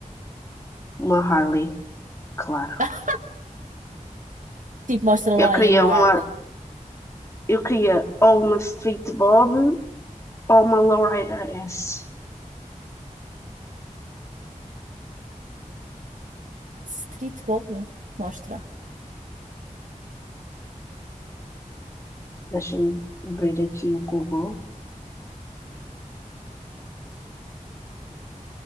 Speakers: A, on the left (about 20°); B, on the right (about 70°).
A: uma Harley, claro.
B: <laughs> Tipo, mostra
A: Eu
B: lá aí
A: queria
B: uma
A: uma,
B: Harley.
A: eu queria ou uma Street Bob ou uma Lowrider S.
B: Street Bob? Mostra.
A: Deixa-me abrir aqui o Google.